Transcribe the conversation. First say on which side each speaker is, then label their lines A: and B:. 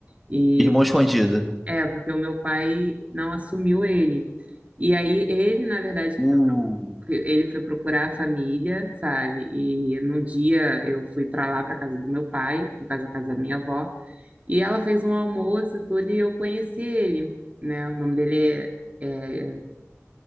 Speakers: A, on the right; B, in the centre.
A: E
B: Irmão escondido.
A: é, porque o meu pai não assumiu ele. E aí ele, na verdade, que
B: Uh.
A: foi- que ele foi procurar a família, sabe? E no dia eu fui para lá, para casa do meu pai, no caso, a casa da minha avó, e ela fez um almoço e tudo, e eu conheci ele, né? O nome dele é é